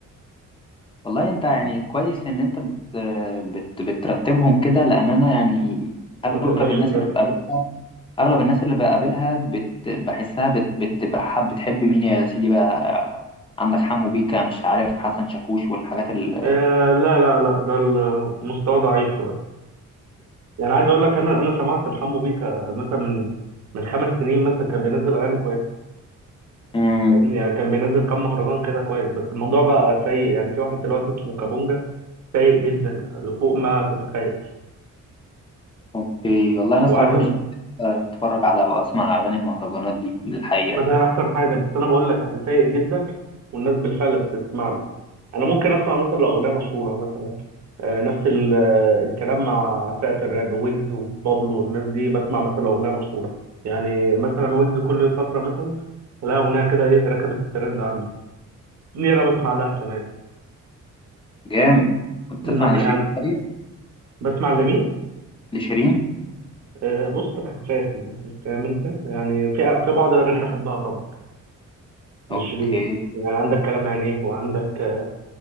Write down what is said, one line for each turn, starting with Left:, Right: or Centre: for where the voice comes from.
Left: والله انت يعني كويس ان انت بت بت بترتبهم كده لان انا يعني
Right: ما
Left: اغلب
Right: تقدرش
Left: الناس
Right: ترتب
Left: اللي بقابلها اغلب الناس اللي بقابلها بت بحسها بت بتبقى حب بتحب مين يا سيدي بقى عندك حمو بيكا مش عارف حسن شاكوش والحاجات ال
Right: آه لا لا لا ده المستوى ضعيف شويه يعني عايز اقول لك انا انا سمعت الحمو بيكا مثلا من من خمس سنين مثلا كان بينزل اغاني كويسه
Left: <laughs>
Right: فاهمني؟ يعني كان بينزل كام مهرجان كده كويس بس الموضوع بقى سيء يعني في واحد دلوقتي اسمه كابونجا سيء جدا لفوق ما تتخيل
Left: اوكي والله انا
Right: وعايز
Left: الصراحه
Right: أ-
Left: مش اتفرج على او اسمع اغاني المهرجانات دي للحقيقه
Right: ما
Left: يعني
Right: ده احسن حاجه بس انا بقول لك يعني سيء جدا والناس بالفعل بتسمع له انا ممكن اسمع مثلا لو اغنيه مشهوره مثلا آه، نفس ال- آه، الكلام مع فئه الراب ويجز وبابلو والناس دي بسمع مثلا لو اغنيه مشهوره يعني مثلا ويجز كل فتره مثلا تلاقي اغنيه كده ايه ركبت الترند عنده دي انا بسمع لها كمان
Left: جامد كنت
Right: انما
Left: تسمع لشيرين
Right: يعني
Left: طيب
Right: بسمع لمين
Left: لشيرين
Right: آه، بص خفافي يعني فاهم انت يعني في في بعض الاغاني بحبها طبعا لشيرين
Left: اوكي
Right: يعني عندك كلام عينيه وعندك آه،